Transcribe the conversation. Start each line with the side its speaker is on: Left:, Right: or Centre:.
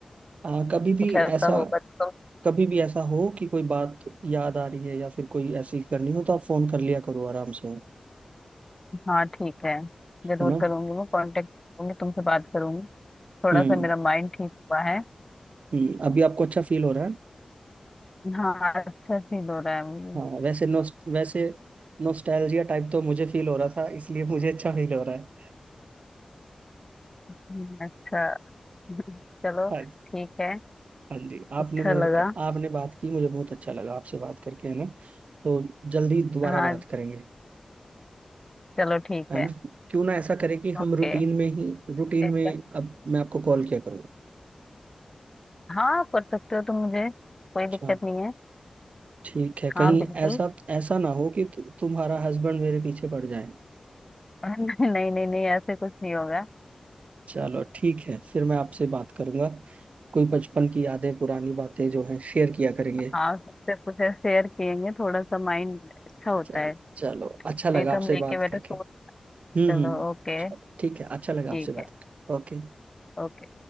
Right: आ, कभी भी
Left: कुछ ऐसा
Right: ऐसा
Left: होगा तो
Right: कभी भी ऐसा हो कि कोई बात याद आ रही है या फिर कोई ऐसी करनी हो तो आप फोन कर लिया करो आराम से है
Left: तुम हाँ ठीक है जरूर
Right: ना
Left: करूंगी मैं कांटेक्ट करूंगी तुमसे बात करूंगी थोड़ा
Right: हम्म
Left: सा मेरा माइंड ठीक हुआ है
Right: हम्म अभी आपको अच्छा फील हो रहा है
Left: हाँ अच्छा फील हो रहा है मुझे
Right: हाँ वैसे नो वैसे नोस्टैल्जिया टाइप तो मुझे फील हो रहा था इसलिए मुझे अच्छा फील हो रहा है
Left: हम्म, अच्छा <laughs> चलो
Right: हाँ जी
Left: ठीक है
Right: हाँ जी आपने
Left: अच्छा
Right: मेरे
Left: लगा
Right: को आपने बात की मुझे बहुत अच्छा लगा आपसे बात करके है ना तो जल्दी दोबारा
Left: हाँ
Right: बात करेंगे
Left: चलो ठीक
Right: है
Left: है
Right: ना क्यों ना ऐसा करें कि हम
Left: ओके
Right: रूटीन में ही
Left: ठीक
Right: रूटीन में
Left: है
Right: अब मैं आपको कॉल किया करूँगा
Left: हाँ कर सकते हो तुम मुझे कोई
Right: अच्छा
Left: दिक्कत नहीं है
Right: ठीक है कहीं
Left: हाँ बिल्कुल
Right: ऐसा ऐसा ना हो कि तु- तुम्हारा हस्बैंड मेरे पीछे पड़ जाए
Left: <laughs> नहीं नहीं नहीं नहीं, ऐसे कुछ नहीं होगा
Right: चलो ठीक है फिर मैं आपसे बात करूंगा कोई बचपन की यादें पुरानी बातें जो हैं शेयर किया करेंगे
Left: हाँ सबसे कुछ शेयर किएंगे थोड़ा सा माइंड अच्छा होता
Right: चल
Left: है
Right: चलो अच्छा लगा
Left: नहीं तो
Right: आपसे
Left: हम लेके
Right: बात
Left: बैठे
Right: करके
Left: सोच
Right: हम्म
Left: चलो
Right: हम्म
Left: ओके
Right: चलो ठीक है अच्छा लगा
Left: ठीक
Right: आपसे बात
Left: है
Right: करके ओके
Left: ओके